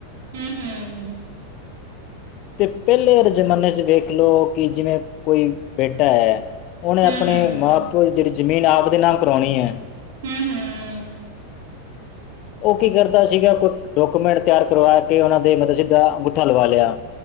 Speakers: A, on the right; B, on the left.
A: ਹਮ ਹਮ
B: ਤੇ ਪਹਿਲੇ ਜ਼ਮਾਨੇ ਚ ਵੇਖ ਲਓ ਕਿ ਜਿਵੇਂ ਕੋਈ ਬੇਟਾ ਹੈ ਉਹਹਨੇ
A: ਹਮ ਹਮ
B: ਆਪਣੇ
A: ਹਮ ਹਮ
B: ਮਾਂ ਪਿਓ ਦੀ ਜਿਹੜੀ ਜ਼ਮੀਨ ਆਪ ਦੇ ਨਾਮ ਕਰਵਾਉਣੀ ਹੈ
A: ਹਮ ਹਮ
B: ਉਹ ਕੀ ਕਰਦਾ ਸੀਗਾ ਕੋਈ ਡਾਕੂਮੈਂਟ ਤਿਆਰ ਕਰਵਾ ਕੇ ਉਹਨਾਂ ਦੇ ਮਤਲਬ ਸਿੱਧਾ ਅੰਗੂਠਾ ਲਵਾ ਲਿਆ